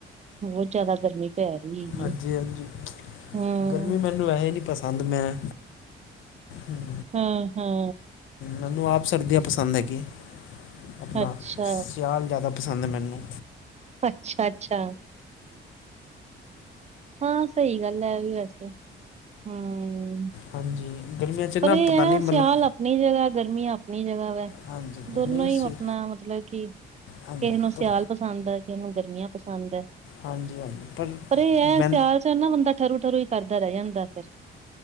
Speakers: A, on the right; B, on the left.
A: ਬੋਤ ਜਾਦਾ ਗਰਮੀ ਪੈ ਰਹੀ ਹੈਗੀ।
B: ਹਾਂਜੀ
A: ਹੈ
B: -ਹਾਂਜੀ
A: ਹੂੰ।
B: ਗਰਮੀ ਮੈਨੂੰ ਵੈਸੇ ਨਈ ਪਸੰਦ ਮੈਂ ਹਮ,
A: ਹਾਂ ਹਾਂ
B: ਮੈਨੂੰ ਆਪ ਸਰਦੀਆਂ ਪਸੰਦ ਹੈਗੀਆਂ ਆਪਣਾ
A: ਅੱਛਾ
B: ਸਿਆਲ- ਜ਼ਾਦਾ ਪਸੰਦ ਮੈਂਨੂੰ।
A: ਅੱਛਾ ਅੱਛਾ। ਹਾਂ ਸਈ ਗੱਲ ਆਵੀ ਵੈਸੇ ਹੂੰ
B: ਹਾਂਜੀ! ਗਰਮੀਆਂ 'ਚ ਨਾ
A: ਪਰ ਏ
B: ਪਤਾ
A: ਆ
B: ਨਹੀਂ ਮਤਲਬ
A: ਸਿਆਲ ਆਪਣੀ ਜਗ੍ਹਾ ਗਰਮੀ ਆਪਣੀ ਜਗ੍ਹਾ ਵਾ
B: ਹਾਂਜੀ
A: ਦੋਨੋਂ
B: ਨਹੀਂ
A: ਈ
B: ਸੀ
A: ਆਪਣਾ ਮਤਲਬ ਕਿ ਕਿਸੇ
B: ਹਾਂਜੀ!
A: ਸਿਆਲ
B: ਪਰ
A: ਪਸੰਦ ਆ ਕਿਸੇ ਨੂੰ ਗਰਮੀਆਂ ਪਸੰਦ ਆ।
B: ਹਾਂਜੀ -ਹਾਂਜੀ ਪਰ
A: ਪਰ ਏ ਆ
B: ਮੈਂ
A: ਸਿਆਲ 'ਚ ਨਾ ਬੰਦਾ ਠਰੂ ਠਰੂ ਈ ਕਰਦਾ ਰੈ ਜਾਂਦਾ ਫਿਰ